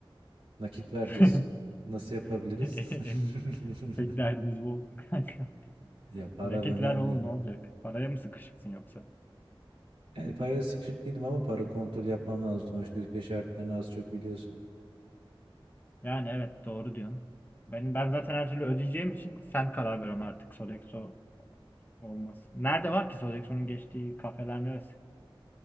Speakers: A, on the right; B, on the left.
A: Nakit vereceğiz.
B: yani. <laughs>
A: Nasıl yapabiliriz?
B: <laughs> En büyük-
A: <laughs>
B: Tek derdimiz bu olsun kanka. <laughs>
A: Ya para
B: Nakit
A: önemli.
B: ver oğlum ne olacak? Paraya mı sıkışıksın yoksa?
A: Yani paraya sıkışık değilim ama para kontrol yapmam lazım. Sonuçta ülke şartlarını az çok biliyorsun.
B: Yani evet doğru diyorsun. Ben ben zaten her türlü ödeyeceğim için sen karar ver ona artık Sodexo olmasın. Nerede var ki Sodexo'nun geçtiği kafeler neresi?